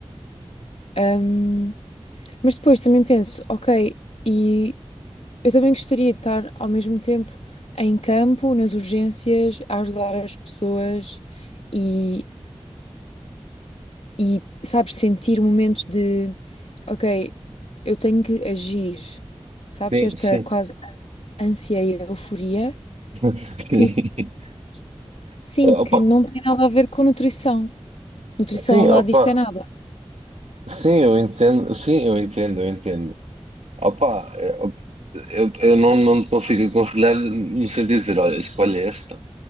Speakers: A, on the left; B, on the right.
A: Ahm, mas depois também penso, ok, e eu também gostaria de estar ao mesmo tempo em campo, nas urgências, a ajudar as pessoas e e, sabes, sentir o momento de, ok, eu tenho que agir, sabes,
B: Sim,
A: esta
B: sim.
A: quase ânsia e euforia
B: <laughs>
A: que, sim,
B: Eh, Opa,
A: que não tem nada a ver com nutrição. Nutrição
B: sim,
A: ao lado
B: opa,
A: disto é nada.
B: sim, eu entendo, sim, eu entendo, eu entendo. Opa, eh, eu, eu não, não te consigo aconselhar no sentido de dizer, olha, escolhe esta.